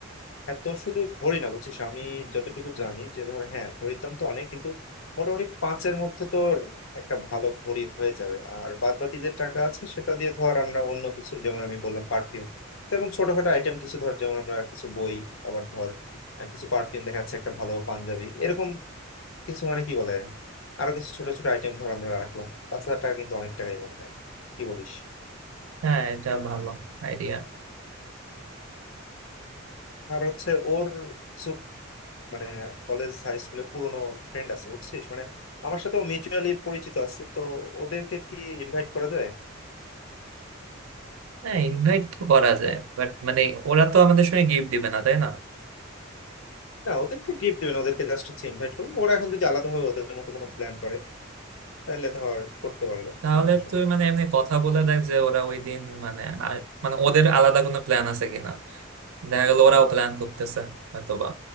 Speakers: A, on the left (about 75°); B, on the right (about 80°).
A: আর তোর শুধু ঘড়ি না বুঝছিস আমি যতটুকু জানি যে ধর হ্যাঁ ঘড়ির দাম তো অনেক কিন্তু মোটামুটি পাঁচের মধ্যে তোর একটা ভালো ঘড়ি হয়ে যাবে আর বাদ বাকি যে টাকা আছে সেটা দিয়ে ধর আমরা অন্য কিছু যেমন আমি বললাম পারফিউম এরকম ছোটখাটো আইটেম কিছু ধর যেমন আমরা কিছু বই আবার ধর আহ, কিছু পারফিউম দেখা যাচ্ছে একটা ভালো পাঞ্জাবি এরকম কিছু মানে কি বলে আরো কিছু ছোট ছোট আইটেম ধর আমরা রাখলাম পাঁচ হাজার টাকা কিন্তু অনেক টাকাই মনে হয় কি বলিস
B: হ্যাঁ এটা ভালো আইডিয়া
A: আর হচ্ছে ওর কিছু মানে কলেজ হাই স্কুলের পুরোনো ফ্রেন্ড আছে বুঝছিস মানে আমার সাথে মিউচুয়ালি পরিচিত আছে তো ওদেরকে কি ইনভাইট করা যায়
B: হ্যাঁ ইনভাইট তো করা যায় বাট মানে ওরা তো আমাদের সঙ্গে গিফট দিবে না তাই না
A: না ওদেরকে গিফট দেবেন ওদেরকে জাস্ট হচ্ছে ইনভাইট করবেন ওরা এখন যদি আলাদাভাবে ওদের মতো কোনো প্ল্যান করে তাহলে ধর করতে পারলো
B: তাহলে
A: সমস্যা
B: তুই
A: নেই
B: মানে এমনি কথা বলে দেখ যে ওরা ওই দিন মানে আর- মানে ওদের আলাদা কোনো প্ল্যান আছে কিনা দেখা গেল ওরাও প্ল্যান করতেছে হয়তোবা